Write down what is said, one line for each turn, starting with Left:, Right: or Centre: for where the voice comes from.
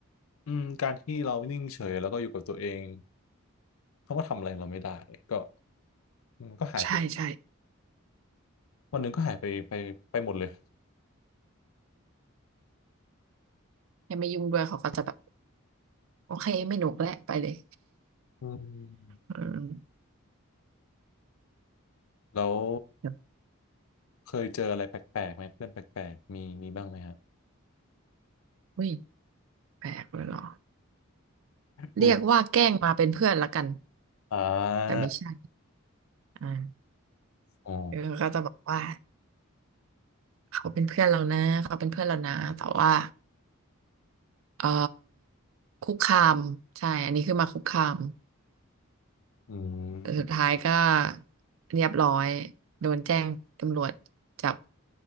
Left: อืมการที่เรานิ่งเฉยแล้วก็อยู่กับตัวเองเขาก็ทำอะไรเราไม่ได้ก็อืมันก็หายไป
Right: ใช่ใช่
Left: วันหนึ่งก็หายไปไปไปหมดเลย
Right: อยังไม่ยุ่งด้วยเขาก็จะแบบโอเคไม่หนุกแล้วไปเลย
Left: อืม
Right: อืม
Left: แล้ว
Right: แบบ
Left: เคยเจออะไรแปลกๆไหมเพื่อนแปลกๆมีมีบ้างไหมฮะ
Right: อุ้ยแปลกเลยเหรอ
Left: อุ้ย
Right: เรียกว่าแกล้งมาเป็นเพื่อนละกัน
Left: อ่
Right: แต่ไม่ใช่
Left: า
Right: อ่า
Left: อ๋อ
Right: เออก็จะบอกว่าเขาเป็นเพื่อนเรานะเขาเป็นเพื่อนเรานะแต่ว่าเอ่อคุกคามใช่อันนี้คือมาคุกคาม
Left: อื
Right: แต่สุดท้ายก็
Left: ม
Right: เรียบร้อยโดนแจ้งตำรวจจับ